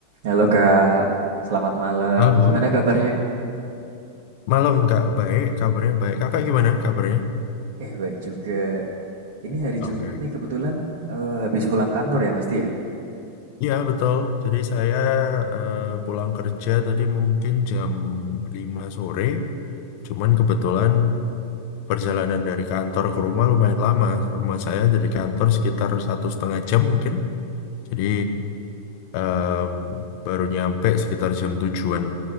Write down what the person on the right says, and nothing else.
Halo Kak, selamat malam.
Gimana kabarnya?
Eh, baik juga. Ini hari
Jumat nih kebetulan eh, habis pulang kantor ya mesti ya.